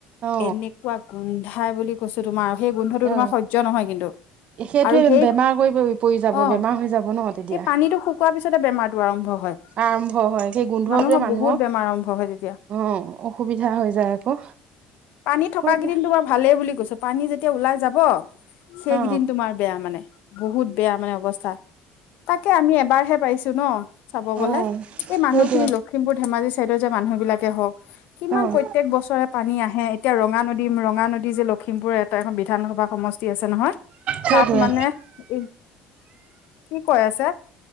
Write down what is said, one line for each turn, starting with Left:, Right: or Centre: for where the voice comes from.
Right: অ
Left: এনেকুৱা গোন্ধাই বুলি কৈছো তোমাৰ সেই গোন্ধটো
Right: অ
Left: তোমাৰ সহ্য নহয় কিন্তু।
Right: সেইটোৱে
Left: আৰু
Right: বে
Left: সেই
Right: বেমাৰ কৰি কৰি পৰি যাব
Left: অ
Right: বেমাৰ হৈ যাব ন তেতিয়া।
Left: এই পানীটো শুকোৱাৰ পিছতে বেমাৰটো আৰম্ভ হয়
Right: আৰম্ভ হয় সেই গোন্ধটোৱে
Left: মানুহৰ
Right: মানুহক
Left: বহুত বেমাৰ আৰম্ভ হয় তেতিয়া
Right: অহ, অসুবিধা হৈ যায় আকৌ।
Left: পানী থকা
Right: হয় দিয়া
Left: কেইদিন তোমাৰ ভালে বুলি কৈছো পানী যেতিয়া ওলাই যাব সেইকেইদিন
Right: অ
Left: তোমাৰ বেয়া মানে। বহুত বেয়া মানে অৱস্থা। তাকে আমি এবাৰহে পাইছো ন চাব
Right: অ',
Left: গলে, এই মানুহখিনি
Right: সেইটোৱে
Left: ল খিমপুৰ, ধেমাজি চাইদৰ যে মানুহবিলাকে হক কিমান
Right: অ',
Left: প্ৰত্যেক বছৰে পানী আহে এতিয়া ৰঙা নদ <unintelligible> ৰঙা নদী যে লখিমপুৰৰ এটা এখন বিধানসভা সমষ যি আছে নহয়
Right: সেইটোৱে
Left: তাত মানে এই কি কয় আছে?